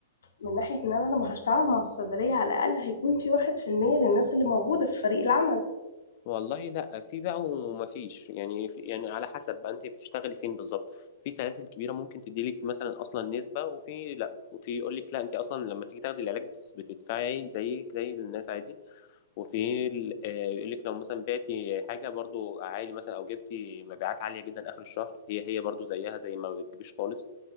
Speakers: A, on the left; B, on the left.
A: من ناحية ان انا لما هشتغل مع الصيدلية على الاقل هيكون في واحد في المية للناس اللي موجودة في فريق العمل
B: والله لا في بقى وما فيش يعني في يعني على حسب بقى انت بتشتغلي فين بالظبط في سلاسل كبيره ممكن تديلك مثلا اصلا نسبه وفي لا وفي يقول لك لا انت اصلا لما تيجي تاخدي العلاج بتس- بتدفعي زيك زي الناس عادي وفي يقول لك لو مثلا بعتي حاجه برضو عالي مثلا او جبتي مبيعات عاليه جدا اخر الشهر هي هي برضو زيها زي ما بتجيبيش خالص